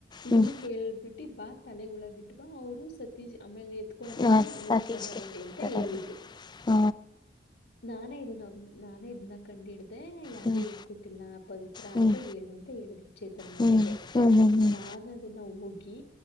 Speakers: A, on the left; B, on the left.
A: ಇದನ್ನು
B: ಹ್ಮ್
A: ಕೇಳ್ಬಿಟ್ಟು ಬಾ ತಲೆಗೆ ಹುಳ ಬಿಟ್ ಬಾ ಅವರು ಸತೀ ಆಮೇಲೆ ತ್ಕೊಂಡೋಗಿ
B: ಹ ಸತೀಶ್ಗೆ
A: ಹೋಗತಾರೆ ಅವರು ಅಂತ
B: ಹೇಳ್ತಾರೆ
A: ಹೇಳಿದ್ರು
B: ಹ
A: <inaudible> ನಾನ ಇದ ನಾನೇ ಇದನ್ನ ಕಂಡ ಹಿಡ್ದ ಯಾರು
B: ಹ್ಮ್
A: <unintelligible> ಪವಿತ್ರ
B: ಹ್ಮ್
A: ಅಂತ ಹೇಳು ಅಂತ ಹೇಳಿದ್ರು ಚೇತನ್ ನಿನಿಗೆ
B: ಹ್ಮ್ ಹ್ಮ್ ಹ್ಮ್ ಹ್ಮ್
A: ನಾನು ಅದನ್ನ ನಾವು ಹೋಗಿ